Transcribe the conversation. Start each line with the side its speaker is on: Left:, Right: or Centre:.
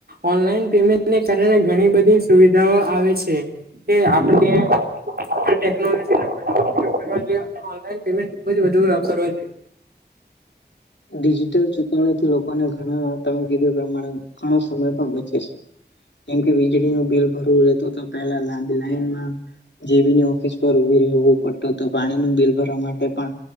Right: ઓનલાઈન પેમેન્ટને કારણે ઘણી બધી સુવિધાઓ આવે છે કે આપણે ટેકનોલોજી ેન્ટ ખબ વધુ જોઈએ
Left: ડિજિટલ ચુકવણીથી લોકોને ઘણા તમે કીધું પ્રમાણે ઘણો સમય પણ બચે છે કેમ કે વીજળીનુંું બિલ ભરવું રહેતું તો પેલા લાંબી લાઈન માં જેીની ઓફિસ પર ઉભી રહેવું પડતું તો પાણી ન બિલ ભરવા માટે પણ